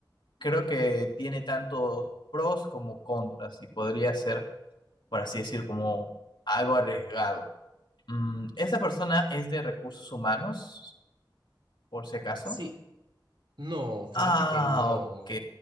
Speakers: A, on the left; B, on the right.
A: creo que tiene tantos pros como contras y podría ser por así decir, como algo arriesgado. Mm, ¿esa persona es de recursos humanos, por si acaso?
B: Sí, no, fíjate
A: Ah,
B: que no,
A: ok.